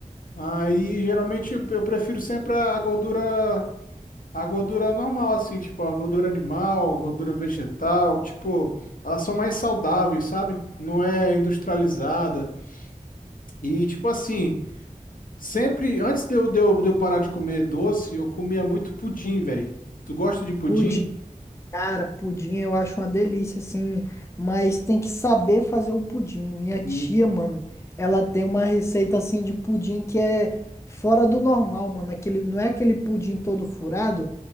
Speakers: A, on the left (about 75°); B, on the left (about 20°).
A: Aí, geralmente, eu eu prefiro sempre a gordura. A gordura normal, assim, tipo, a gordura animal, gordura vegetal, tipo, elas são mais saudáveis, sabe? Não é industrializada. E, tipo assim, sempre, antes de eu, de eu, de eu parar de comer doce, eu comia muito pudim, velho. Tu gosta de pudim?
B: Pudim. Cara, pudim eu acho uma delícia, assim, mas tem que saber fazer o pudim. Minha tia,
A: Hum,
B: mano, ela tem uma receita, assim, de pudim que é fora do normal, mano. Aquele, não é aquele pudim todo furado,